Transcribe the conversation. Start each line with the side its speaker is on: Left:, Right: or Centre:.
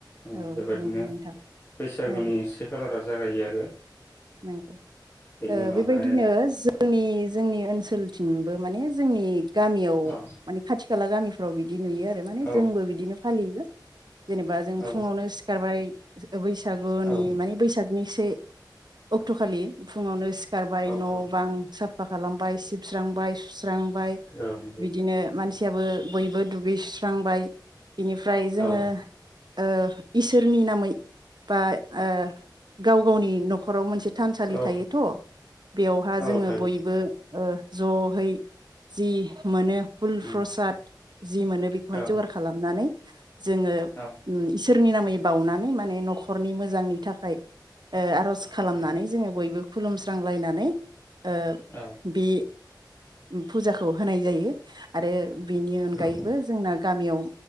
Left: ओ
Right: औ
Left: बेबादिनो
Right: नंगौ नोंथां
Left: बैसागुनि
Right: ओ
Left: से खालारा जागायो आरो
Right: नंगौ
Left: बेनि
Right: ओ
Left: उनावहाय
Right: बेबायदिनो जोंनि-जोंनि ओनसोलथिंबो माने जोंनि गामियाव
Left: औ
Right: माने खाथि खाला गामिफ्राव बि दि नुयो आरो माने
Left: औ
Right: जोंबो बिदिनो फालियो जेनेबा जों
Left: औ
Right: फुङावनो सिखारबाय बैसागुनि
Left: औ
Right: माने बैसागनि से अक्टखालि फुङावनो सि खारबाय
Left: औ
Right: न
Left: औ
Right: बां सा फा खालामबाय सिबस्रांबाय सु स्रांबाय
Left: औ नंगौ
Right: बिदिनो मानसि <unintelligible> बयबो दुगैस्रांबाय बिनिफ्राय जोङो
Left: औ
Right: ओ इसोरनि नामै बा ओ गाव गावनि नख राव मोनसे थानसालि
Left: औ
Right: थायोथ बेयावहा
Left: औ
Right: जोङो
Left: थायो
Right: बयबो ओ जहै जि मोनो फुल
Left: उम
Right: प्रसाद जि मोनो बेखौहाय
Left: औ
Right: जगार खालामनानै जोङो
Left: औ
Right: उम इस सोरनि नामै बावनानै माने न'खरनि मोजांनि थाखाय ओ
Left: नोंथां
Right: खालामनानै जोङो बयबो खुलुमस्रांलायनानै ओ
Left: औ
Right: बे फुजाखौ होनाय जायो आरो बेनि अनगायैबो
Left: औ
Right: जोंना गामियाव